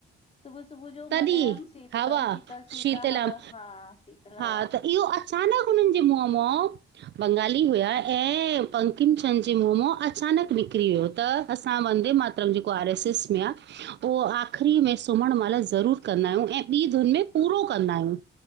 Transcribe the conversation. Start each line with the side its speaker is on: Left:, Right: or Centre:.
Left: सुबुह-सुबुह जो
Right: तॾहिं
Left: मलयम शीतलम
Right: हवा
Left: शीतल शीता
Right: शीतलाम
Left: हवा हा शीतल हवा
Right: हा त इहो अचानक उन्हनि जे मुंह मों, बंगाली हुया ऐं पंकिम चंद जे मुंह मों अ अचानक निकिरी वियो त असां वंदे मातरम जेको आर एस एस में आ उहो आख़िरी में सुम्हणु महिल ज़रूरु कंदा आहियूं ऐं ॿी धुुनि में पूरो कंदा आहियूं